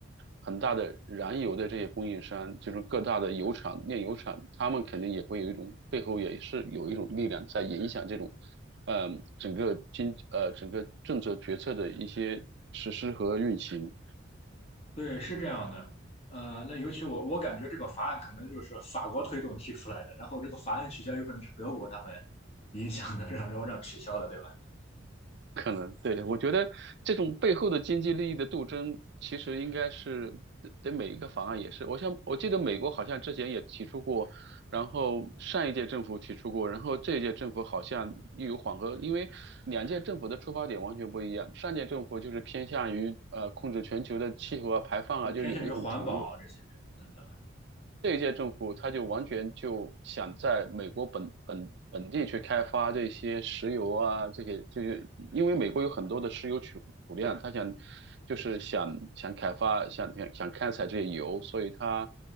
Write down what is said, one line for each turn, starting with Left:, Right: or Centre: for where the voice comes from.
Right: 很大的燃油的这些供应商，就是各大的油厂、炼油厂，他们肯定也会有一种背后也是有一种力量在影响这种，嗯、整个经呃整个政策决策的一些实施和运行。
Left: 对，是这样的，呃，那尤其我我感觉这个法案可能就是法国推动提出来的，然后这个法案取消有可能是德国他们影响的，让然后让取消的，对吧？
Right: 可能对，我觉得这种背后的经济利益的斗争，其实应该是对对每一个方案也是。我像我记得美国好像之前也提出过，然后上一届政府提出过，然后这一届政府好像又有缓和，因为两届政府的出发点完全不一样。上届政府就是偏向于呃控制全球的气候啊、排放啊，
Left: 就是偏向于环保啊这些等等
Right: 就是有那种承诺。这一届政府他就完全就想在美国本本本地去开发这些石油啊，这些就是因为美国有很多的石油储储量，他想就是想想开发想想想开采这些油，所以他